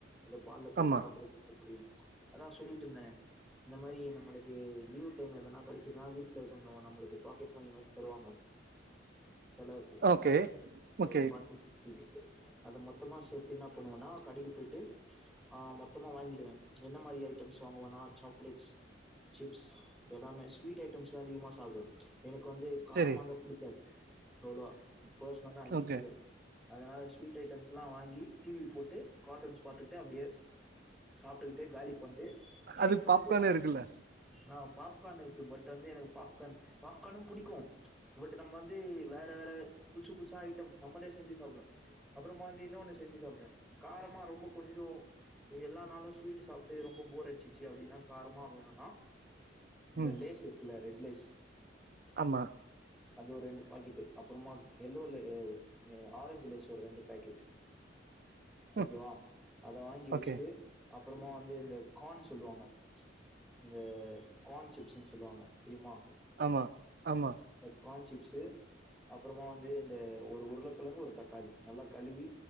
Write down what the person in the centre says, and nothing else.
அத பால்ல தொட்டு
சாப்பட்றது ரொம்ப புடிக்கு அதா சொல்லிட்ருந்தனே இந்த மாரி நம்மளுக்கு லீவ் டைம் எதன்னா கெடச்சுதுன்னா வீட்ல கொஞ்சோ நம்மளுக்கு பாக்கெட் மணி மாரி தருவாங்க செலவுக்கு
ஒரு <unintelligible> டி. அத மொத்தமா சேத்து என்ன பண்ணுவன்னா கடைக்கு போயிட்டு ஆ மொத்தமா வாங்கிடுவ என்ன மாரி ஐட்டம்ஸ் வாங்குவனா சாக்லேட்ஸ் சிப்ஸ் எல்லாமே ஸ்வீட் ஐட்டம்ஸ் தா அதிகமா சாப்டுவ எனக்கு வந்து காரமா
இருந்தா புடிக்காது அவ்ளோ பெர்ஸ்னலா எனக்கு
புடிக்காது அதனால ஸ்வீட் ஐட்டம்ஸ்லா வாங்கி டி வி போட்டு கார்ட்டூன்ஸ் பாத்துக்கிட்டு அப்டியே சாப்ட்டுக்கிட்டே காலி பண்ட்டு திருப்பி
வந்து
ஆ பாப்கான் இருக்கு பட் வந்து எனக்கு பாப்கான் பாப்கானு பிடிக்கு பட் நம்ம வந்து வேற வேற பூச்சு புதுசா ஐட்டம் நம்மளே செஞ்சு சாப்டுவோ அப்பறமா வந்து இன்னொன்னு செஞ்சு சாப்டுவ காரமா ரொம்ப கொஞ்சோ இது எல்லா நாளு ஸ்வீட்டு சாப்ட்டு ரொம்ப போர் அடிச் ச்சி அப்டினா காரமா வேணுனா இந்த
லேஸ் இருக்குல ரெட் லேஸ்
அது ஒரு ரெண்டு பாக்கெட்டு் அப்புறமா எல்லோல எ அ ஆரஞ்சி லேஸ் ஒரு ரெண்டு பாக்கெட் ஓகேவா
அத வாங்கி வச்ட்டு
அப்புறமா வந்து இந்த கான்ஸ் சொல்லுவாங்க இந்த கான் சிப்ஸ்ன் சொல்லுவாங்க தெரியுமா
ஒர் கான் சிப்ஸு அப்புறமா வந்து இந்த ஒரு உருளக்கெழங்கு ஒரு தக்காளி நல்லா கழுவி